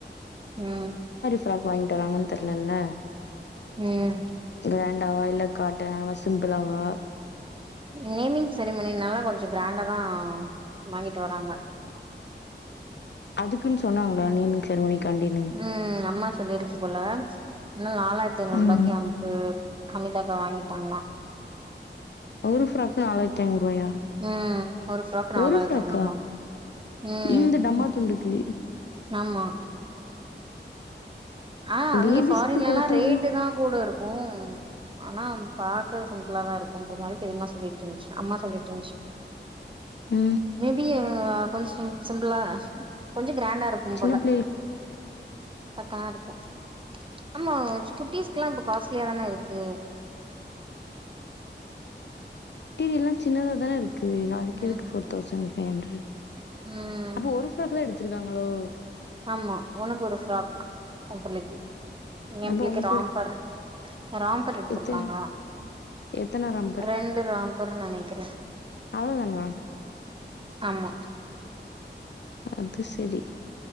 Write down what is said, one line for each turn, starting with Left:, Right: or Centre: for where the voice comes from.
Right: ம்
Left: ஃப்ராப் வாங்கிட்டு வராங்கன் தெர்லல
Right: ம்
Left: கிராண்டாவா இல்ல காட்டனா இல்ல சிம்ப்பளாவா
Right: நேமிங் சரிமணி நால கொஞ்ச கிராண்டா தா வாங்கிட்டு வராங்க
Left: அதுக்குன் சொன்னாங்ளா நேமிங் செர்மணிக் காண்டின்னு
Right: ம் அம்மா சொல்லிருக்கு போல நாலாயிரத்து ஐந்நூறு
Left: ம்
Right: ரூபாய்க்கு நம்க்கு <unintelligible> வாங்கிட்டாங்கல்லா
Left: ஒரு ஃப்ராக்கு நாலாயித் ஐநூற்வாயா அ
Right: ம் ஒரு ஃப்ராக் நாலாயிரத்தி
Left: ஒரு ஃப்ராக்கா
Right: ஐநூறுபாங்க ம்
Left: இந்த டம்மா
Right: ம்.
Left: துண்டுக்கு
Right: ஆமா ஆ அங்க
Left: பேபிஸ்க்கு
Right: ஃபாரின்லல்லா
Left: ஃபோர் தௌசண்ட்
Right: ரேட்டு தா கூட இருக்கு ஆனா பாக்க சிம்பிளா தா இருக்குன்ற மாரி பெரிமா சொல்லிட்ருன்ச்சு அம்மா சொல்லிட்ருன்ச்சு
Left: ம்
Right: மேபி கொஞ்ச சிம்பிளா கொஞ்ச கிராண்டா இருக்கும்
Left: சின்ன
Right: போல
Left: பிள்ளைகளுக்கு
Right: <unintelligible> இருக்கு அமா குட்டீஸ்க்லா இப்ப காஸ்ட்லியா தான இருக்கு
Left: டீல்லா சின்னதா தான இருக்கு அதுக்கு
Right: ம்
Left: எதுக்கு ஃபோர் தௌசண்ட் ஃபை ஹன்ட்ரட்
Right: ம்
Left: ப்ப ஒரு ஃப்ராக் தா எடுத்துருக்காங்களோ
Right: ஆமா உனக்கு ஒரு ஃப்ராக் உ புள்ளைக்கி எ
Left: அப்போ
Right: பிள்ளைக்கு
Left: உங்க
Right: ராம்பர் ராம்பர் எடுத்துருக்காங்க
Left: எத்தன எத்தன ரம்பர்
Right: ரெண்டு ராம்பர் நெனைக்கறே
Left: அவ்ளோதானா
Right: ஆமா
Left: அது செரி